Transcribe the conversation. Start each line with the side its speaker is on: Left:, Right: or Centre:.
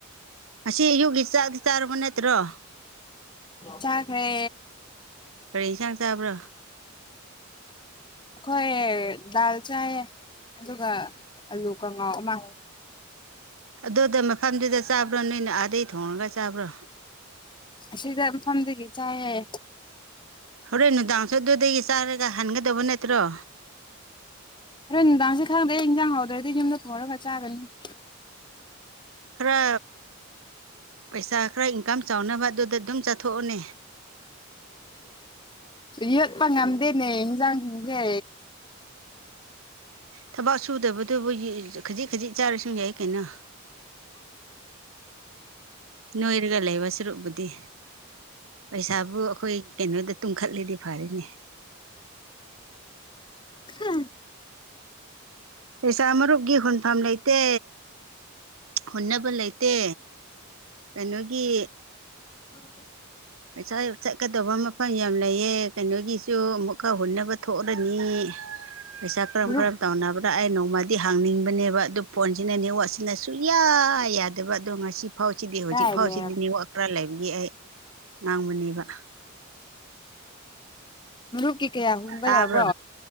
Right: ꯉꯁꯤ ꯑꯌꯨꯛꯀꯤ ꯆꯥꯛꯗꯤ ꯆꯥꯔꯕ ꯅꯠꯇ꯭ꯔꯣ
Left: ꯆꯥꯈ꯭ꯔꯦ
Right: ꯏꯁꯥꯡ ꯆꯥꯕ꯭ꯔꯥ
Left: ꯑꯩꯈꯣꯏ ꯗꯥꯜ ꯆꯥꯏ ꯑꯗꯨꯒ ꯑꯥꯂꯨ ꯀꯉꯥꯎ ꯑꯃ
Right: ꯑꯗꯨꯗ ꯃꯐꯝꯗꯨꯗ ꯆꯥꯕ꯭ꯔꯣ ꯅꯣꯏꯅ ꯑꯥꯗꯩ ꯊꯣꯡꯉꯒ ꯆꯥꯕ꯭ꯔꯣ
Left: ꯑꯁꯤꯗ ꯃꯐꯝꯗꯒꯤ ꯆꯥꯏꯌꯦ
Right: ꯍꯣꯔꯦꯟ ꯅꯨꯡꯗꯥꯡꯁꯨ ꯑꯗꯨꯗꯒꯤ ꯆꯥꯔꯒ ꯍꯟꯒꯗꯧꯕ ꯅꯠꯇ꯭ꯔꯣ
Left: ꯍꯣꯔꯦꯟ ꯅꯨꯡꯗꯥꯡꯁꯦ ꯈꯪꯗꯦ ꯏꯟꯖꯥꯡ ꯍꯥꯎꯗ꯭ꯔꯗꯤ ꯌꯨꯝꯗ ꯊꯣꯡꯔꯒ ꯆꯥꯒꯅꯤ
Right: ꯈꯔ ꯄꯩꯁꯥ ꯈꯔ ꯏꯟꯀꯝ ꯆꯥꯎꯅꯕ ꯑꯗꯨꯗ ꯑꯗꯨꯝ ꯆꯠꯊꯣꯛꯑꯅꯦ
Left: ꯌꯣꯠꯄ ꯉꯝꯗꯦꯅꯦ ꯏꯟꯖꯥꯡꯁꯤꯡꯁꯦ
Right: ꯊꯕꯛ ꯁꯨꯗꯕꯗꯨꯕꯨ ꯈꯥꯖꯤꯛ ꯈꯥꯖꯤꯛ ꯆꯥꯔꯁꯨ ꯌꯥꯏ ꯀꯩꯅꯣ ꯅꯣꯏꯔꯒ ꯂꯩꯕꯁꯤꯔꯣ ꯑꯗꯦ ꯄꯩꯁꯥꯕꯨ ꯑꯩꯈꯣꯏ ꯀꯩꯅꯣꯗ ꯇꯨꯝꯈꯠꯂꯤꯗꯤ ꯐꯔꯤꯅꯦ
Left: ꯍꯨꯝ
Right: ꯄꯩꯁꯥ ꯃꯔꯨꯞꯀꯤ ꯍꯨꯟꯐꯝ ꯂꯩꯇꯦ ꯍꯨꯟꯅꯕ ꯂꯩꯇꯦ ꯀꯩꯅꯣꯒꯤ
Left: ꯎꯝ
Right: ꯄꯩꯁꯥ ꯆꯠꯀꯗꯕ ꯃꯐꯝ ꯌꯥꯝ ꯂꯩꯑꯦ ꯀꯩꯅꯣꯒꯤꯁꯨ ꯑꯃꯨꯛꯀ ꯍꯨꯟꯅꯕ ꯊꯣꯛꯂꯅꯤ ꯄꯩꯁꯥ ꯀ꯭ꯔꯝ
Left: ꯃꯔꯨꯞ
Right: ꯀ꯭ꯔꯝ ꯇꯧꯅꯕ ꯑꯩ ꯅꯣꯡꯃꯗꯤ ꯍꯥꯡꯅꯤꯡꯕꯅꯦꯕ ꯑꯗꯨ ꯐꯣꯟꯁꯤꯅ ꯅꯦꯠꯋꯥꯛꯁꯤꯅ ꯁꯨꯡꯌꯥ ꯌꯥꯗꯕ ꯑꯗꯣ ꯉ ꯑꯁꯤꯐꯥꯎꯁꯤꯗꯤ ꯍꯧꯖꯤꯛ
Left: ꯀꯥꯏꯅꯦ
Right: ꯐꯥꯎꯁꯤꯗꯤ ꯅꯦꯋꯥꯛ ꯈꯔ ꯂꯩꯕꯒꯤ ꯑꯩ ꯉꯥꯡꯕꯅꯦꯕ
Left: ꯃꯔꯨꯞꯒꯤ ꯀꯌꯥ ꯍꯨꯟꯕ
Right: ꯇꯥꯕ꯭ꯔꯣ
Left: ꯌꯥꯎꯕ꯭ꯔꯣ